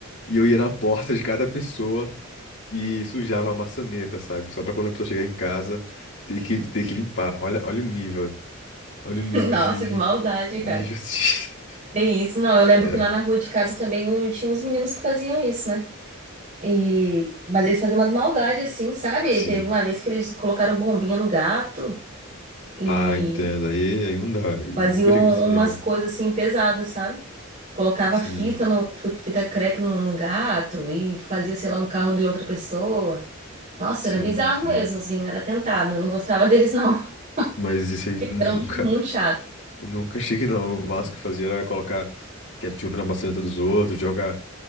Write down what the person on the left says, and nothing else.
e eu ia na porta de cada pessoa e sujava a maçaneta, sabe? Só pra quando a pessoa chegar em casa, ter que, ter que limpar. Olha, olha o nível. Olha o nível
de,
de
injustiça. <laughs>
É,
sim.
Ah, entendo. Aí, aí não dá. E
nunca cheguei
nesse nível.
Sim,
sim,
sim.
Mas isso aí nu-
<laughs> nunca,
nunca cheguei, não. O máximo que fazia era colocar ketchup na maçaneta dos outros, jogar,